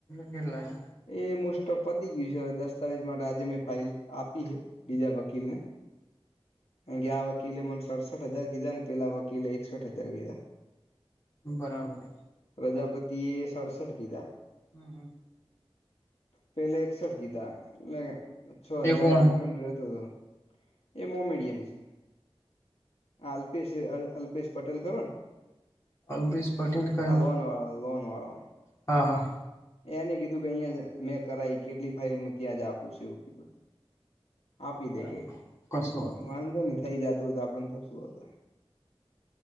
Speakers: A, on the left; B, on the left.
A: કેટલા હે?
B: એ મુસ્ટફ પતી ગયું છે હવે દસ્તાવેજ માટે આજે મેં ફાઇલ આપી હે. બીજા વકીલને. કારણ કે આ વકીલે મને સડસઠ હજાર કીધાં ને પેલાં વકીલે એકસઠ હજાર કીધાં.
A: બરાબર.
B: પ્રજાપતિએ સડસઠ કીધાં.
A: હમ્મ હમ્મ.
B: પેલે એકસઠ કીધાં એટલે છ
A: એ
B: હજારનો
A: કોણ
B: ડિફરન્ટ રેતો હતો. એ મોમેડિયન છે. આ અલ્પેશ અલ્પેશ પટેલ ખરું ને
A: અલ્પેશ પટેલ કયો
B: હા લોન વાળો લોન વાળો
A: હા હા
B: એને કીધું કે અહીં મેં કરાઈ કેટલી ફાાઈલ હું ત્યાં જ આપું છું એવું કીધું આપી
A: બરાબર
B: દે કે
A: કશું હતું
B: વાંધો નહી થઈ જતું હતું આપડ તો શું હતું